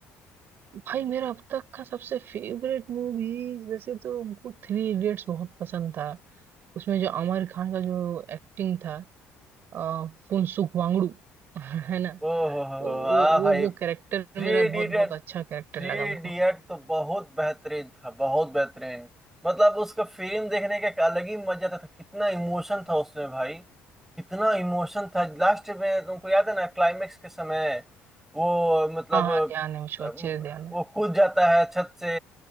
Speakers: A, on the right (about 45°); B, in the centre.
A: भाई मेरा अब तक का सबसे फेवरेट मूवीज वैसे तो हमको थ्री इडियट्स बहुत पसंद था उसमें जो आमिर खान का जो एक्टिंग था आ, फुनसुक वांगडू <laughs> है ना
B: ओ हो हो
A: तो
B: हो,
A: वो
B: हाँ
A: वो
B: भाई
A: वो कैरेक्टर
B: थ्री
A: मेरा बहुत
B: इडियट
A: बहुत अच्छा कैरेक्टर
B: थ्री
A: लगा हमको
B: इडियट तो बहुत बेहतरीन था बहुत बेहतरीन मतलब उसका फिल्म देखने का एक अलग ही मजा था कितना इमोशन था उसमें भाई कितना इमोशन था लास्ट में तुमको याद है ना क्लाइमेक्स के समय वो मतलब
A: हाँ हाँ ध्यान है मुझको
B: अम,
A: अच्छे से ध्यान है
B: वो कूद जाता है छत से